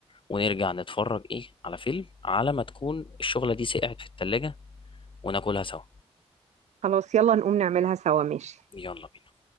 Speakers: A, on the left; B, on the right.
A: ونرجع نتفرج ايه على فيلم على ما تكون الشغله دي سقعت في التلاجة وناكلها سوا
B: خلاص يلا نقوم نعملها سوا ماشي
A: يلا بينا